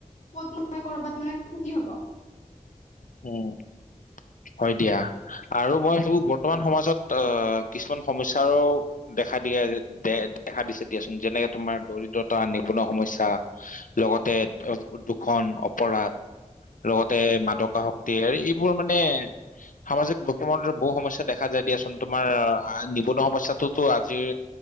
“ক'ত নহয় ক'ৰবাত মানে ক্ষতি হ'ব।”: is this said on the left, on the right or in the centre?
Left